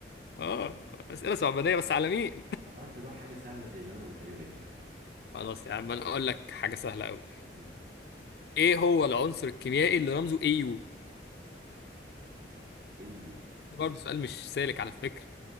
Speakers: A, on the left; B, on the right.
A: اه اسئلة صعبانية بس على مين
B: طب هات لي بقى حاجة سهلة زي اللي أنا قلتها لك دي
A: خلاص يا عم انا اقول لك حاجة سهلة قوي
B: مم.
A: ايه هو العنصر الكيميائي اللي رمزه AU
B: ايو
A: برضه سؤال مش سالك على فكرة